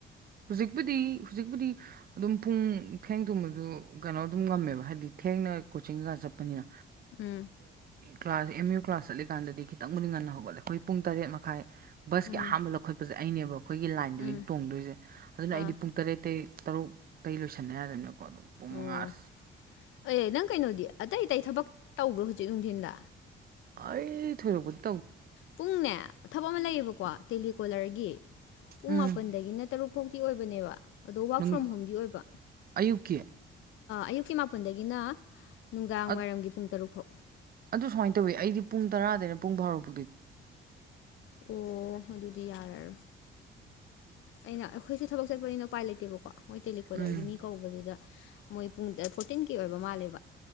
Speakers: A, on the right (about 50°); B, on the left (about 80°).
A: ꯍꯧꯖꯤꯛꯄꯨꯗꯤ ꯍꯧꯖꯤꯛꯄꯨꯗꯤ ꯑꯗꯨꯝ ꯄꯨꯡ ꯊꯦꯡ ꯊꯨꯝꯕꯁꯨ ꯀꯩꯅꯣ ꯑꯗꯨꯝ ꯉꯝꯃꯦꯕ ꯍꯥꯏꯗꯤ ꯊꯦꯡꯅ ꯀꯣꯆꯤꯡꯒꯩꯀ ꯆꯠꯄꯅꯤꯅ
B: ꯎꯝ
A: ꯀ꯭ꯂꯥꯁ ꯑꯦꯝ ꯌꯨ ꯀ꯭ꯂꯥꯁ ꯆꯠꯂꯤꯀꯥꯟꯗꯗꯤ ꯈꯤꯇꯪꯕꯨꯗꯤ ꯉꯟꯅ ꯍꯧꯒꯠꯂꯦ ꯑꯩꯈꯣꯏ ꯄꯨꯡ ꯇꯔꯦꯠ ꯃꯈꯥꯏ ꯕꯁꯀꯤ
B: ꯎꯝ
A: ꯑꯍꯥꯟꯕ ꯂꯧꯈꯠꯄꯁꯦ ꯑꯩꯅꯦꯕ ꯑꯩꯈꯣꯏꯒꯤ ꯂꯥꯏꯟꯗꯨꯒꯤꯗꯤ
B: ꯎꯝ
A: ꯇꯣꯡꯗꯣꯏꯁꯦ ꯑꯗꯨꯅ ꯑꯩꯗꯤ
B: ꯑꯥ
A: ꯄ ꯇꯔꯦꯠꯇꯩ ꯇꯔꯨꯛꯇꯩ ꯂꯣꯏꯁꯟꯅꯕ ꯌꯥꯗꯃꯤꯅꯀꯣ ꯑꯗꯣ ꯄꯨꯡ
B: ꯑꯣ
A: ꯃꯉꯥ ꯑ
B: ꯑꯦ ꯅꯪ ꯀꯩꯅꯣꯗꯤ ꯑꯇꯩ ꯑꯇꯩ ꯊꯕꯛ ꯇꯧꯕ꯭ꯔꯣ ꯍꯧꯖꯤꯛ ꯅꯨꯡꯊꯤꯟꯗ
A: ꯑ ꯊꯣꯏꯔꯕꯗꯤ
B: ꯄꯨꯡꯅꯦ ꯊꯕꯛ ꯑꯃ ꯂꯩꯌꯦꯕꯀꯣ ꯇꯦꯂꯤꯀꯣꯂꯔꯒꯤ ꯄꯨꯡ
A: ꯎꯝ
B: ꯃꯥꯄꯟꯗꯒꯤꯅ ꯇꯔꯨꯛ ꯐꯥꯎꯇꯤ ꯑꯣꯏꯕꯅꯦꯕ ꯑꯗꯣ ꯋꯥꯔꯛ
A: ꯅꯨꯡ
B: ꯐ꯭ꯔꯣꯝ ꯍꯣꯝꯗꯤ ꯑꯣꯏꯕ
A: ꯑꯌꯨꯛꯀꯤ
B: ꯑꯌꯨꯛꯀꯤ ꯃꯥꯄꯟꯗꯒꯤꯅ ꯅꯨꯡꯗꯥꯡꯋꯥꯏꯔꯝꯒꯤ
A: ꯑ-
B: ꯄꯨꯡ ꯇꯔꯨꯛ ꯐꯥꯎ
A: ꯑꯗꯨ ꯁꯨꯃꯥꯏ ꯇꯧꯋꯤ ꯑꯩꯗꯤ ꯄꯨꯡ ꯇꯔꯥꯗꯅ ꯄꯨꯡ ꯐꯥꯎꯔꯛ
B: ꯑꯣ ꯑꯗꯨꯗꯤ ꯌꯥꯔꯔꯣꯏ ꯑꯩꯅ ꯑꯩꯈꯣꯏꯁꯦ ꯊꯕꯛ ꯆꯠꯄꯅꯤꯅ ꯎꯄꯥꯏ ꯂꯩꯇꯦꯕꯀꯣ ꯃꯣꯏ ꯇꯦꯂꯤꯀꯣꯂꯔꯒꯤ
A: ꯎꯝ
B: ꯃꯤ ꯀꯧꯕꯗꯨꯗ ꯃꯣꯏ ꯄꯨꯡ ꯐꯣꯔꯇꯤꯟꯒꯤ ꯑꯣꯏꯕ ꯃꯥꯜꯂꯦꯕ